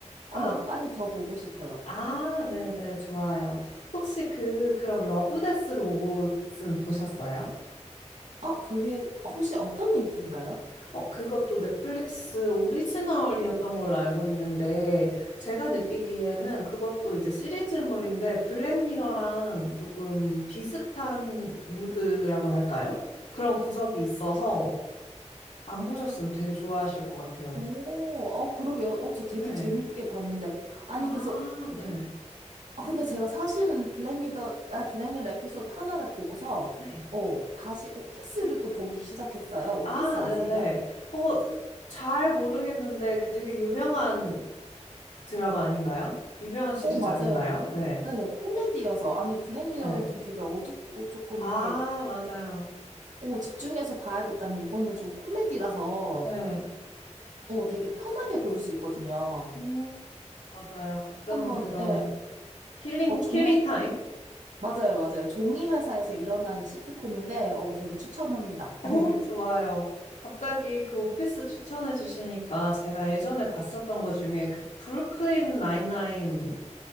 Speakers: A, on the left (about 80°); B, on the right (about 85°).
A: 아,
B: 어,
A: 후-
B: 빨리 더 보고 싶어요.
A: 아, 네네, 좋아요. 혹시 그, 그럼 러브데스 로봇은 보셨어요?
B: 아, 그게 혹시 어떤 얘기인가요?
A: 어, 그것도 넷플릭스 오리지널이었던 걸로 알고 있는데, 제가 느끼기에는 그것도 이제 시리즈물인데, 블랙미러랑 조금 비슷한 무드라고 할까요? 그런 구석이 있어서 안 보셨으면 되게 좋아하실 것 같아요.
B: 오, 어, 그러게요. 어, 저 되게
A: 네.
B: 재밌게 봤는데. 아니,
A: 아,
B: 그래서,
A: 네.
B: 아, 근데 제가 사실은 블랙미더, 아, 블랙미러 에피소드 하나를 보고서,
A: 네.
B: 어, 다시 오피스를 또 보기 시작했어요. 오피스
A: 아,
B: 아세요?
A: 네네. 어, 그- 잘 모르겠는데, 그 되게 유명한 드라마 아닌가요? 유명한 시리즈
B: 어, 맞아요.
A: 아닌가요? 네.
B: 네, 네, 코미디여서. 아니, 블랙미러는
A: 네.
B: 좀 되게 어둡고 조금
A: 아,
B: 이렇게
A: 맞아요.
B: 오, 집중해서 봐야 됐다면 이거는 좀 코미디라서
A: 네.
B: 어, 되게 편하게 볼 수 있거든요.
A: 음, 맞아요. 가끔은
B: 한번,
A: 그런
B: 예,
A: 힐링,
B: 어, 종이,
A: 힐링 타임?
B: 맞아요, 맞아요. 종이
A: 음.
B: 회사에서 일어나는 시트콤인데, 어, 되게 추천합니다.
A: 오,
B: <laughs>
A: 좋아요. 갑자기 그 오피스 추천해 주시니까 제가 예전에 봤었던 것 중에 그 브루클린 나인나인